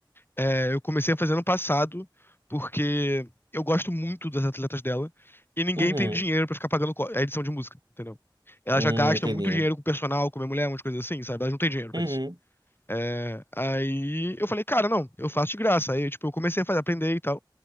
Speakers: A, on the left (about 25°); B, on the right (about 55°).
A: É, eu comecei a fazer ano passado, porque eu gosto muito das atletas dela, e ninguém
B: Uhum.
A: tem dinheiro pra ficar pagando co- a edição de música, entendeu? Elas
B: Hum,
A: já gastam
B: entendi.
A: muito dinheiro com personal, com minha mulher, umas coisas assim, sabe? Elas não têm dinheiro
B: Uhum.
A: pra isso. É, aí eu falei, cara, não, eu faço de graça. Aí, tipo, eu comecei a fazer, aprender e tal.